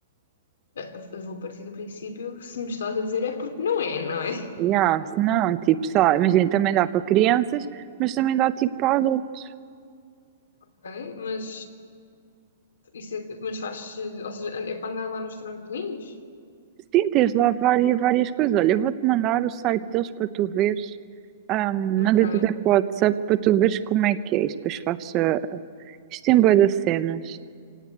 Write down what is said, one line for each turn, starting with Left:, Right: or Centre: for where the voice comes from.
Left: Ah, eu Vou partir do princípio que se me estás a dizer é porque não é, não é?
Right: Yeah, se não, tipo, sei lá, imagina, também dá para crianças, mas também dá tipo para adultos.
Left: Ok, mas isso é, mas faz, ou seja, é para andar lá nos trampolins?
Right: Sim, tens lá várias, várias coisas. Olha, eu vou-te mandar o site deles para tu veres. Ahm,
Left: Ok.
Right: Mandei-te até para o WhatsApp para tu veres como é que é isto. Depois faço. a- Isto tem bué de cenas.